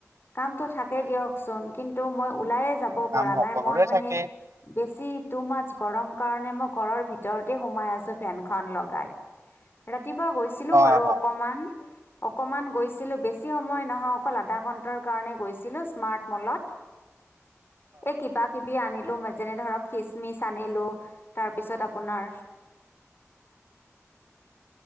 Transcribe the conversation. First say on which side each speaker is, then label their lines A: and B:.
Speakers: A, on the left; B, on the right.
A: কামটো থাকেই দিয়কচোন কিন্তু মই ওলাইয়ে যাব
B: কাম
A: পৰা
B: সকলোৰে
A: নাই মই মানে।
B: থাকে
A: বেছি টো মানছ গৰম কাৰণে মই ঘৰৰ ভিতৰতে সোমাই আছো। ত ফেনখন লগাই ৰাতিপুৱা গৈছিলো
B: হয়
A: বাৰু
B: হয়
A: অকমান অকমান গৈছি গৈছিলো বেছি সময় নহয় অকল আধা ঘণ্টা কাৰণে গৈছিলো স্মাট মলত। এই কিবা কিবি আনিলো যেনে ধৰক খিচমিচ আনিলো তাৰ পিছত আপোনাৰ